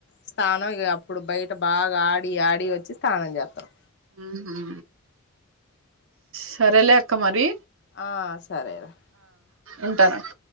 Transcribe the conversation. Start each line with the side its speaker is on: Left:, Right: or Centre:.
Left: స్నానం ఇగ అప్పుడు బయట బాగా ఆడి ఆడి వచ్చి స్నానం జేత్తరు
Right: ఉమ్ హు సరేలే అక్క మరి
Left: ఆ సరేరా
Right: ఉంటానక్కా